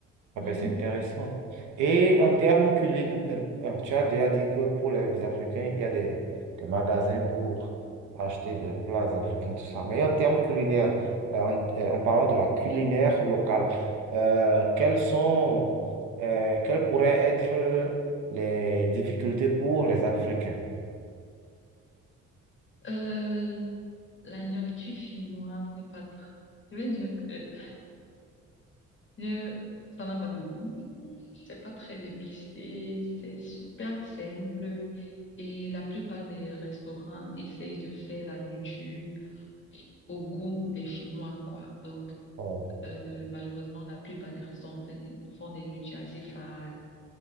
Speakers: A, on the right; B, on the left.
A: Ah
B: Mhm,
A: ben, c'est intéressant. Et
B: oui.
A: en termes culinaires, tu as déjà dit que pour les Africains, il y a des, des magasins pour acheter des plats africains, tout ça. Mais en termes culinaires, euh, en, euh, en parlant de la culinaire locale, euh, quelles sont, euh, quelles pourraient être les difficultés pour les Africains?
B: Euh, la nourriture chinoise n'est pas tr- Je vais dire que Je- ça n'a pas de goût. C'est pas très épicé. C'est super simple. Et la plupart des restaurants essayent de faire la nourriture au goût des Finnois, quoi. Donc,
A: Ouais,
B: euh, malheureusement, la plupart des restaurants font des, font des nourritures assez fades,